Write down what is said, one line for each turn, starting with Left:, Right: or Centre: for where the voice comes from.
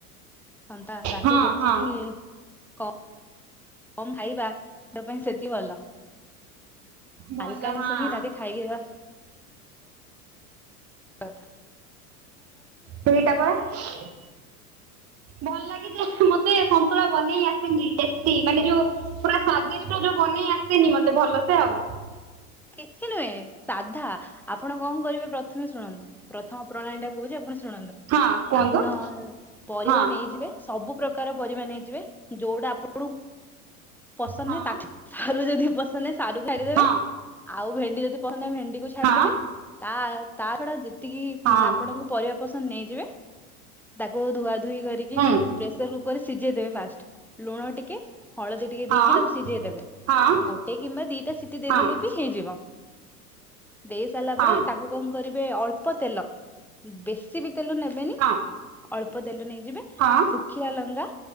Centre: ହନ୍ତା ରାତି
Right: ହଁ
Centre: ଯେତିକି
Right: ହଁ
Centre: କ କମ ଖାଇବା ଦେହ ପାଇଁ ସେତିିକି ଭଲ।
Right: ଭଲ
Centre: ହାଲକା ଜିନିଷ
Right: ହଁ।
Centre: ହିଁ ରାତି ଖାଇବା କଥା।
Right: ସେଇଟା ପରା। ଭଲ ଲାଗେ ଯେ ମୋତେ ସନ୍ତୁଳା ବନେଇ ଆସେନି ଟେଷ୍ଟି, ମାନେ ଯୋଉ ପୁରା ସ୍ଵାଦିଷ୍ଟ ଯୋଉ ବନେଇ ଆସେନି ମୋତେ ଭଲସେ ଆଉ।
Centre: କିଛି ନୁହେଁ ସାଧା ଆପଣ କଣ କରିବେ ପ୍ରଥମେ ଶୁଣନ୍ତୁ ପ୍ରଥମ ପ୍ରଣାଳୀ ଟା କହୁଛି ଆପଣ ଶୁଣନ୍ତୁ
Right: ହଁ କୁହନ୍ତୁ
Centre: ଆପଣ ପରିବା
Right: ହଁ
Centre: ନେଇଯିବେ। ସବୁ ପ୍ରକାର ପରିବା ନେଇଯିବେ, ଯୋଉଟା ଆପଣଙ୍କୁ ପସନ୍ଦ
Right: ହଁ
Centre: ନାହିଁ ତା ସାରୁ ଯଦି ପସନ୍ଦ ନାହି ସାରୁ କାଢି ଦେବେ।
Right: ହଁ
Centre: ଆଉ ଭେଣ୍ଡି ଯଦି ପସନ୍ଦ ନାହି ଭେଣ୍ଡି କୁ ଛାଡି
Right: ହଁ
Centre: ଦେବେ, ତା ତା ଛଡା ଯେତିକି
Right: ହଁ
Centre: ଉଁ, ଆପଣଙ୍କୁ ପରିବା ପସନ୍ଦ ନେଇଯିବେ, ତାକୁ ଧୁଆ ଧୁଇ କରିକି
Right: ହୁଁ
Centre: ପ୍ରେସର୍ କୁକରରେ ସିଜେଇ ଦେବେ ଫାଷ୍ଟ୍, ଲୁଣ ଟିକେ ହଳଦୀ ଟିକେ
Right: ହଁ
Centre: ଦେଇକି ତାକୁ ସିଝେଇ ଦେବେ,
Right: ହଁ
Centre: ଗୋଟେ କିମ୍ବା ଦି ଟା ସିଟି
Right: ହଁ
Centre: ଦେଇ ଦେଲେ ବି ବି ହେଇଯିବ। ଦେଇ ସାରିଲା
Right: ହଁ
Centre: ପରେ ତାକୁ କଣ କରିବେ ଅଳ୍ପ ତେଲ ବେଶୀ ବି ତେଲ ନେବେନି
Right: ହଁ
Centre: ଅଳ୍ପ ତେଲ ନେଇଯିବେ।
Right: ହଁ
Centre: ଶୁଖିଲା ଲଙ୍କା